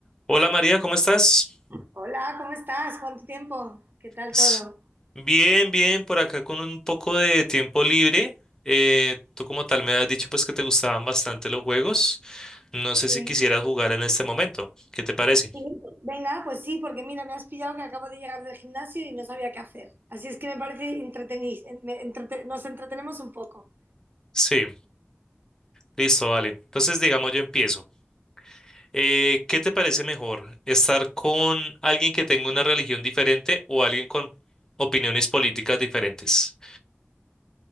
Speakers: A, on the left (about 15°); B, on the right (about 50°).
A: Hola María, ¿cómo estás?
B: Hola, ¿cómo estás? ¿Cuánto tiempo? ¿Qué tal
A: S-
B: todo?
A: Bien, bien, por acá con un poco de tiempo libre. Eh, tú como tal me has dicho pues que te gustaban bastante los juegos. No sé
B: Sí.
A: si quisieras jugar en este momento. ¿Qué te parece?
B: Sí, Venga, pues sí, porque mira, me has pillado que acabo de llegar del gimnasio y no sabía qué hacer. Así es que me parece entretenís, me entrete- nos entretenemos un poco.
A: Sí, listo, vale. Entonces digamos yo empiezo. Eh, ¿qué te parece mejor? ¿Estar con alguien que tenga una religión diferente o alguien con opiniones políticas diferentes?